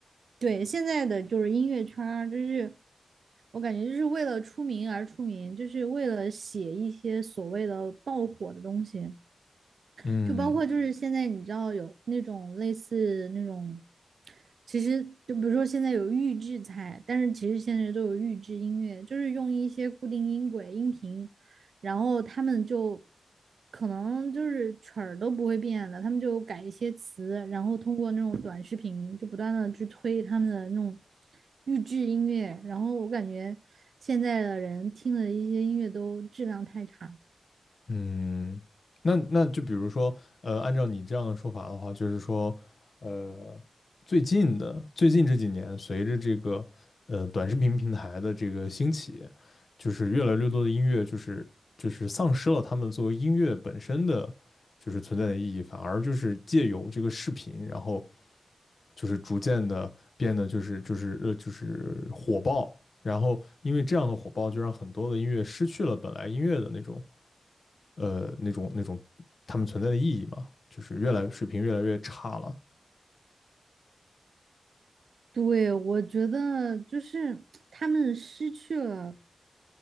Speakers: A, on the right (about 85°); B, on the left (about 65°).
A: 对现在的就是音乐圈儿，就是我感觉就是为了出名而出名，就是为了写一些所谓的爆火的东西。
B: 嗯。
A: 就包括就是现在你知道有那种类似那种，其实就比如说现在有预制菜，但是其实现在都有预制音乐，就是用一些固定音轨、音频，然后他们就可能就是曲儿都不会变的，他们就改一些词，然后通过那种短视频就不断的去推他们的那种预制音乐，然后我感觉现在的人听的一些音乐都质量太差了
B: 嗯，那那就比如说，呃，按照你这样的说法的话，就是说，呃，最近的最近这几年，随着这个呃短视频平台的这个兴起，就是越来越多的音乐，就是就是丧失了他们作为音乐本身的就是存在的意义，反而就是借由这个视频，然后就是逐渐的变得就是就是呃就是火爆，然后因为这样的火爆，就让很多的音乐失去了本来音乐的那种。呃那种那种他们存在的意义嘛，就是越来水平越来越差了。
A: 对，我觉得就是他们失去了，